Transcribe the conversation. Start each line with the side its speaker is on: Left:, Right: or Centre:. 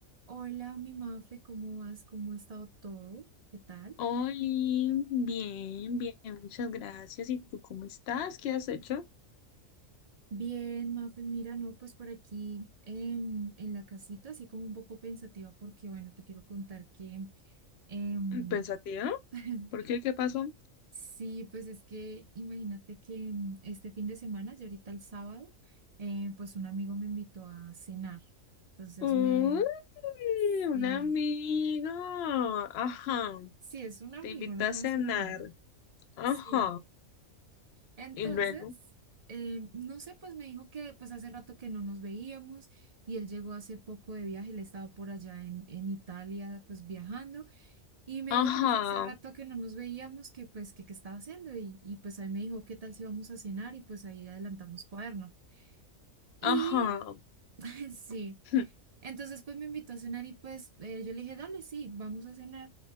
Right: Hola, mi Mafe, ¿cómo vas? ¿Cómo ha estado todo? ¿Qué tal?
Left: Oli, bien, bien, muchas gracias. ¿Y tú cómo estás? ¿Qué has hecho?
Right: Bien, Mafe, mira, no, pues por aquí em, en la casita, así como un poco pensativa, porque bueno, te quiero contar que em,
Left: Pensativa.
Right: <laughs>
Left: ¿Por qué? ¿Qué pasó?
Right: sí, pues es que imagínate que em, este fin de semana, ya ahorita el sábado, eh, pues un amigo me invitó a cenar. Entonces
Left: Uy,
Right: me,
Left: un
Right: sí,
Left: amigo. Ajá.
Right: sí, es un amigo,
Left: Te invitó
Right: no
Left: a
Right: más
Left: cenar.
Right: un amigo.
Left: Ajá.
Right: Sí. Entonces,
Left: Y luego.
Right: eh, no sé, pues me dijo que pues hace rato que no nos veíamos y él llegó hace poco de viaje, él estaba por allá en, en Italia pues viajando y me
Left: Ajá.
Right: dijo que pues hace rato que no nos veíamos, que pues que qué estaba haciendo y, y pues ahí me dijo qué tal si vamos a cenar y pues ahí adelantamos cuaderno. Y
Left: Ajá.
Right: <laughs> sí.
Left: <laughs>
Right: Entonces, pues me invitó a cenar y pues eh, yo le dije, dale, sí, vamos a cenar.